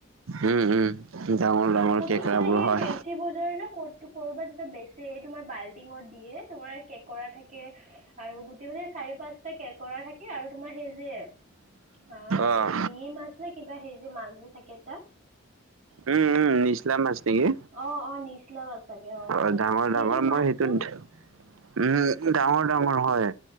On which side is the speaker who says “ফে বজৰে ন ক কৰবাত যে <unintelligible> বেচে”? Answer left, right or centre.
Right